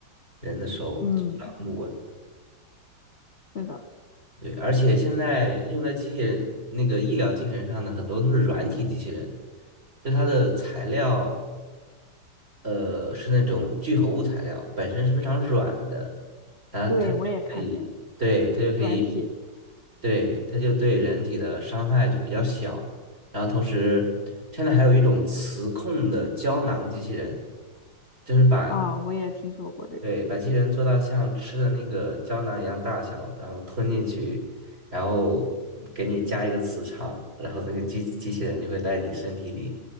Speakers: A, on the right; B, on the left.
A: 人的手就不那么稳。
B: 嗯，是的，
A: 对，而且现在用在机器人那个医疗机器人上的很多都是软体机器人，就它的材料，呃，是那种聚合物材料，本身是非常软的，然后它就可以，
B: 对，我也看见了
A: 对，它就可以。
B: 软体的
A: 对，它就对人体的伤害就比较小。然后同时，现在还有一种磁控的胶囊机器人，就是把，
B: 啊，我也听说过这个。
A: 对，把机器人做到像吃的那个胶囊一样大小，然后吞进去，然后给你加一个磁场，然后那个机机器人就会在你身体里